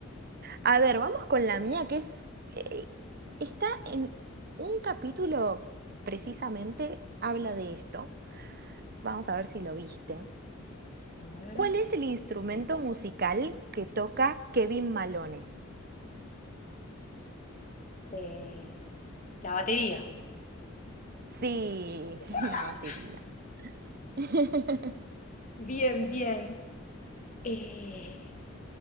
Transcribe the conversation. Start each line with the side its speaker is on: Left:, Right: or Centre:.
Right: A ver, vamos con la mía, que es. eh, está en un capítulo precisamente, habla de esto. Vamos a ver si lo viste.
Left: A ver,
Right: ¿Cuál es el instrumento musical que toca Kevin Malone?
Left: eh, la batería.
Right: Sí,
Left: <laughs>
Right: <laughs> la batería. <laughs>
Left: Bien, bien. Eh,